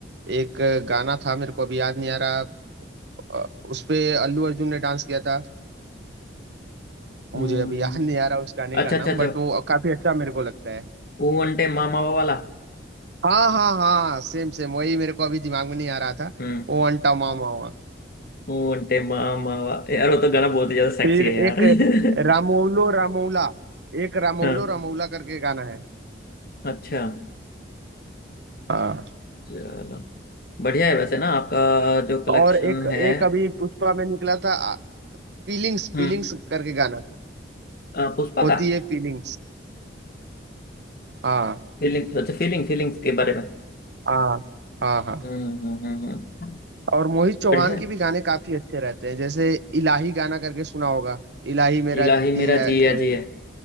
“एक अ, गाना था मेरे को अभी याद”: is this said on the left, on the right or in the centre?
Right